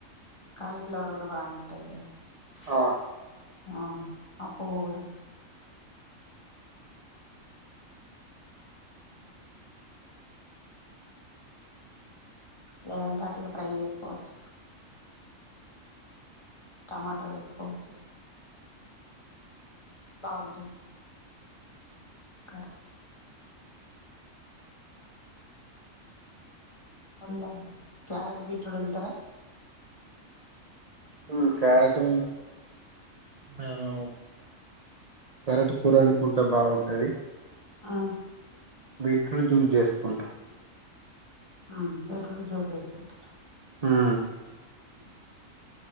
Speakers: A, on the left; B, on the right.
A: క్యాలీఫ్లవర్ కూడా బాగానే ఉంటది కదా
B: అవును
A: ఆ ఆ పువ్వు కూడా లేదంటే వటుగా ఫ్రై చేసుకోవచ్చు టమాటా వేసుకోవచ్చు బాగుంటది కర మళ్ళ క్యారెట్ బీట్రూట్ తింటారా
B: ఊ క్యారెట్ మేను క్యారెట్ కూర వండుకుంట బాగుంటది
A: ఆ
B: బీట్రూట్ జూస్ చేసుకుంటాం
A: హ బీట్రూట్ జ్యూస్ చేసుకుంటారు.
B: ఉమ్
A: ఊ